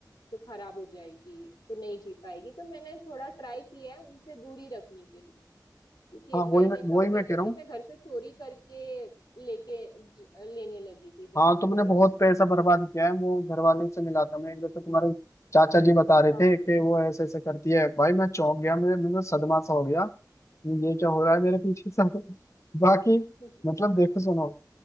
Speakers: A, on the left (about 80°); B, on the left (about 40°).
A: तो खराब हो जाएगी तो नहीं जी पाएगी तो मैंने थोड़ा ट्राई किया है उनसे दूरी रखने के लिए क्योंकि
B: हाँ
A: एक
B: वही
A: टाइम
B: मैं
A: ऐसा
B: वही
A: हो गया
B: मैं
A: था
B: कह
A: कि
B: रहा हूँ
A: मैं घर से चोरी करके लेके ज- लेने लगी थी जा
B: हाँ
A: जा
B: तुमने
A: के
B: बहुत पैसा बर्बाद किया है वो घर वाले से मिला था मैं एक बार, तो तुम्हारे चाचा जी बता रहे
A: हाँ
B: थे कि वो ऐसे ऐसे करती है भाई मैं चौंक गया मेरे मुझे सदमा सा हो गया ये क्या हो रहा है मेरे पीछे सब <laughs> बाकी
A: <laughs>
B: मतलब देखो सुनो